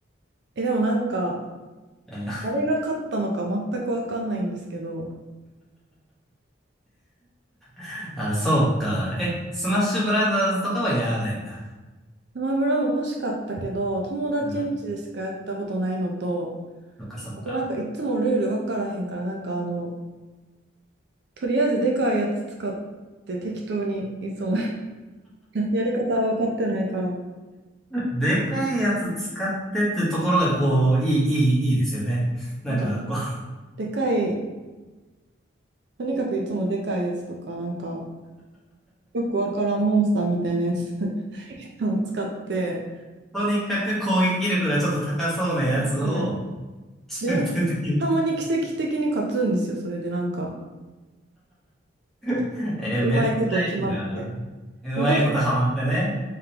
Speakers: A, on the right; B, in the centre.
A: え、でもなんか、
B: うん。
A: 誰が勝ったのか全くわかんないんですけど、
B: <laughs> あ、そうか。え、スマッシュブラザーズとかはやらないんだ。
A: スマブラも欲しかったけど、友達ん家でしかやったことないのと、
B: うん。そっかそっか。
A: あとなんかいつもルールわからへんから、なんかあの、とりあえずでかいやつ使って適当にいつも <laughs> やり方は分かってないから、
B: でかいやつ使ってってところが、こう、いい、いい、いいですよね。なんか、
A: なんか
B: こう、
A: でかい、とにかくいつもでかいやつとか、なんかよくわからんモンスターみたいなやつ <laughs> いつも使って、
B: とにかく攻撃力がちょっと高そうなやつを、
A: あとね、で、
B: 重点的に。
A: なんかたまに奇跡的に勝つんですよ、それでなんか、
B: <laughs>
A: なんかうまいこと決まって。
B: え、めっちゃいいな。うまいことハマってね。
A: でもなんか、